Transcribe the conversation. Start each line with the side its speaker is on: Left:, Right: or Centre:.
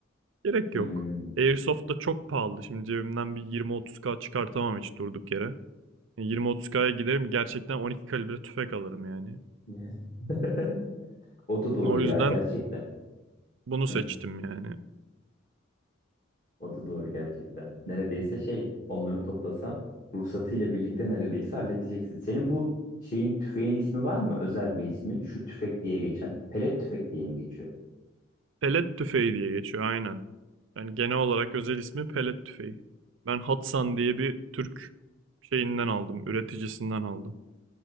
Right: Gerek
Left: Hmm.
Right: yok. Airsoft da çok pahalı. Şimdi cebimden bir 20-30K çıkartamam hiç durduk yere. Yani 20-30K'ya giderim gerçekten 12 kalibre tüfek alırım yani.
Left: <laughs> O da doğru
Right: O
Left: ya
Right: yüzden
Left: gerçekten.
Right: bunu seçtim
Left: Hı
Right: yani.
Left: O da doğru gerçekten. Neredeyse şey onları toplasan ruhsatıyla birlikte neredeyse halledeceksin. Senin bu şeyin tüfeğin ismi var mı? Özel bir ismi. Şu tüfek diye geçen. Pelet tüfek diye mi geçiyor?
Right: Pelet tüfeği diye geçiyor aynen. Yani genel olarak özel ismi pelet tüfeği. Ben Hatsan diye bir Türk şeyinden aldım, üreticisinden aldım.